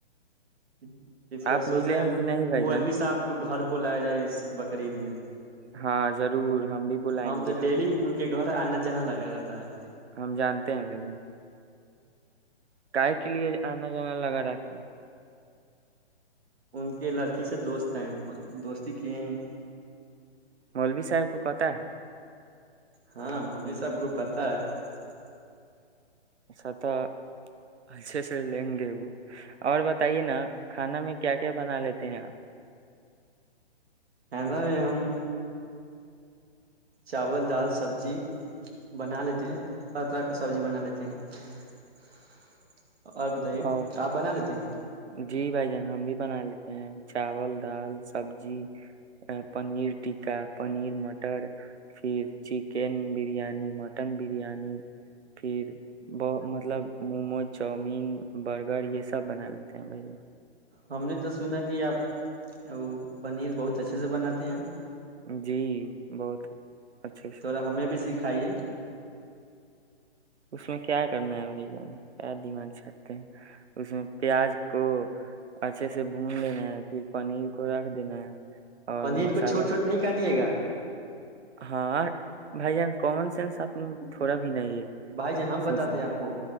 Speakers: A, on the right; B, on the right.
A: ہ <unintelligible> اس پرار
B: آپ
A: سوچ
B: ملے
A: رہے
B: ہیں کہ نہیں بھائی
A: ملبی
B: جان
A: سےا آپ کو گھر <unintelligible> کو لایا جائے اس بقرعید میں <unintelligible>
B: ہاں ضرور ہم بھی بلائیں
A: ہم تو
B: گے
A: ڈیلی
B: آپ بھی
A: ان کے گھر آنا جانا لگا رہتا ہے
B: ہم جانتے ہیں بھائی جان کاائے کے لیے آنا جانا لگا رہتا ہے
A: ان کے لڑکی سے دوست ہیں دوستی کی ہیں
B: ملوی صاحب کو پتا ہے
A: ہاں می سب کو پتا ہے <unintelligible>
B: اچھا تو اچھے سے لیں گے وہ اور بتائیے نا کھانا میں کیا کیا بنا لیتی ت ہیںاں <unintelligible>
A: خ میں ہم چاول دال سبزی بنا لیتے ہیں ہر طرح کا سبزی بنا لیتے ہیں <unintelligible> اور بتائیے
B: اور
A: آپ بنا لیتے ہیں
B: جی بھائی جان ہم بھی بنا لیتے ہیں چاول دال سبزی پنیر ٹکہ پنیر مٹر پھر چکن بریانی مٹن بریانی پھر مطلب مومو چاؤمین برگر یہ سب بنا لیتے ہیں بھائی
A: ہم نے تو سنا کہ آپ وہ پنیر بہت اچھے سے بناتے ہیں
B: جی بہت اچھے سے
A: توا ہمیں بھی سیکھ <inaudible> کھائی
B: اس میں کیا کرنا ہے بھ جان کیا دماغ چٹتے ہیں اس میں پیاز کو اچھے سے بھون لینا ہے پھر پنیر کو رکھ دینا ہے
A: آپ
B: اور
A: پنیر
B: مسالہ
A: کو چھوٹ چھوٹ نہیں کا دیے گا
B: ہاں بھائی جان کومن سینس آپ نے تھوڑا بھی نہیں ہے
A: بھائی ہم بتاتے
B: ایک
A: ہیں آپ کو